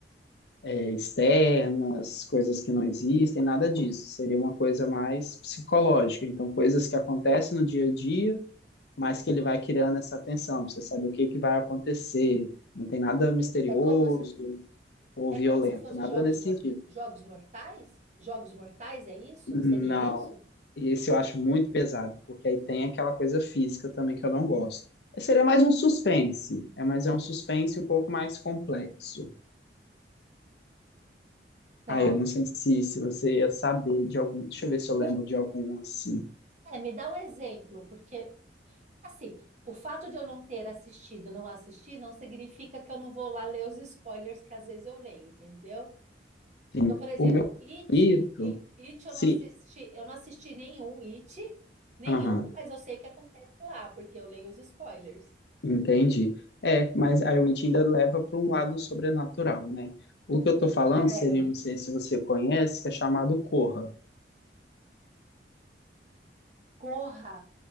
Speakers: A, on the left; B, on the right.
A: é, externas, coisas que não existem, nada disso. Seria uma coisa mais psicológica. Então, coisas que acontecem no dia a dia, mas que ele vai criando essa tensão. pra Você sabe o que que vai acontecer. Não tem nada misterioso
B: É como se,
A: ou
B: é
A: violento,
B: como se fosse
A: nada
B: jogos
A: nesse
B: mor-
A: sentido.
B: jogos mortais? Jogos mortais é isso?
A: Não,
B: Seria isso?
A: esse eu acho muito pesado, porque aí tem aquela coisa física também que eu não gosto. Seria mais um suspense, é, mas é um suspense um pouco mais complexo.
B: Tá.
A: Ah, eu não sei se, se você ia saber de algum. Deixa eu ver se eu
B: Me
A: lembro de algum assim.
B: é, me dá um exemplo, porque assim, o fato de eu não ter assistido, não assistir, não significa que eu não vou lá ler os spoilers que às vezes eu leio, entendeu?
A: Sim.
B: Então, por exemplo,
A: O meu
B: It,
A: favorito.
B: I- It
A: Sim,
B: eu não assisti, eu não assisti nenhum It, nenhum,
A: aham,
B: mas eu sei o que acontece lá, porque eu leio os spoilers.
A: entendi. É, mas a Witch ainda leva para um lado sobrenatural, né? O que eu tô falando
B: É,
A: seria,
B: o
A: não
B: It.
A: sei se você conhece, que é chamado Corra.
B: Corra